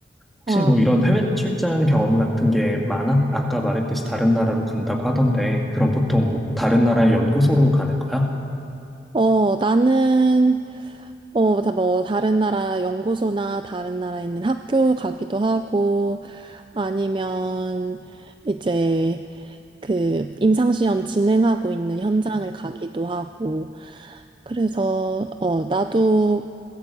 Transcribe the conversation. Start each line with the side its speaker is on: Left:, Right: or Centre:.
Centre: 혹시
Right: 와,
Centre: 뭐 이런 해외 출장 경험 같은 게 많아? 아까 말했듯이 다른 나라로 간다고 하던데, 그럼 보통 뭐 다른 나라의 연구소로 가는 거야?
Right: 어, 나는, 어, 다 뭐, 다른 나라 연구소나 다른 나라에 있는 학교 가기도 하고, 아니면 이제 그 임상시험 진행하고 있는 현장을 가기도 하고, 그래서, 어, 나도